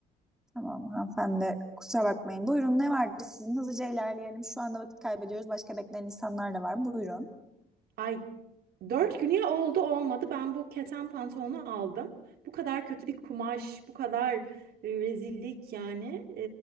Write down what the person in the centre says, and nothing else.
Tamam hanımefendi kusura bakmayın. Buyurun ne vardı sizin? Hızlıca ilerleyelim. Şu anda vakit kaybediyoruz. Başka bekleyen insanlar da var. Buyurun.